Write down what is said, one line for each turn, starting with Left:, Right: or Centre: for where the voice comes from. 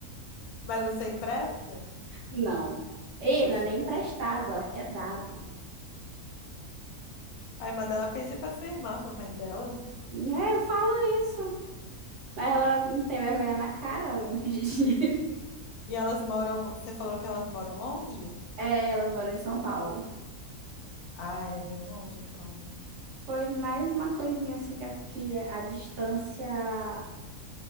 Left: Mas você empresta?
Right: Não. Ei,
Left: <laughs>
Right: não é nem emprestado, ela quer dado.
Left: Aí manda ela pedir pra sua irmã, pra mãe dela.
Right: Né, eu falo isso. Mas ela não tem vergonha na cara, ela vai me pedir <laughs> dinheiro.
Left: E elas moram. Você falou que elas moram longe?
Right: É, elas moram em São Paulo.
Left: Ah, é bem longe então, né?
Right: Foi mais uma coisinha assim que a, que a distância